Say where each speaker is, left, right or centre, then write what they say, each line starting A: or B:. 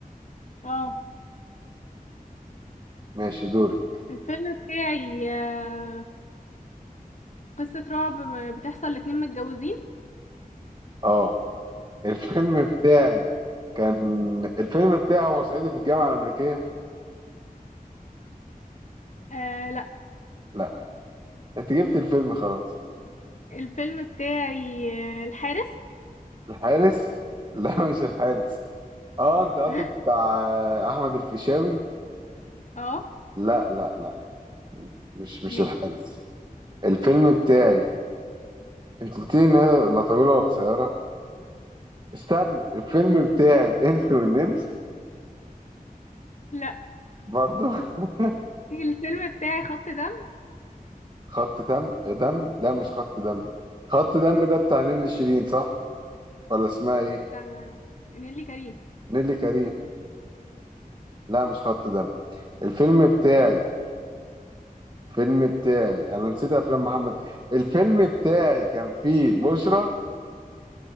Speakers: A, on the left; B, on the right.
A: اه
B: ماشي دورك
A: الفيلم بتاعي آه، قصة رعب بتحصل لاتنين متجوزين
B: اه الفيلم بتاعي كان الفيلم بتاعي هو صعيدي في الجامعة الأمريكية
A: آه لا
B: لا انت جبت الفيلم خلاص
A: الفيلم بتاعي آه، الحارس
B: الحارس <laughs> لا مش الحارس اه انت قصدك
A: <laughs>
B: بتاع آه، احمد الفيشاوي
A: اه
B: لا لا لا مش مش
A: ماشي
B: الحارس الفيلم بتاعي انت قلت لي انها لا طويله ولا قصيره استني الفيلم بتاعي الانس والنمس
A: لا
B: برضو <laughs>
A: الفيلم بتاعي خط دم
B: خط دم دم لا مش خط دم خط دم ده بتاع نيللي شيرين صح ولا اسمها ايه
A: بتاع نيللي كريم
B: نيللي كريم لا مش خط دم الفيلم بتاعي الفيلم بتاعي انا نسيت افلام محمد الفيلم بتاعي كان فيه بشرى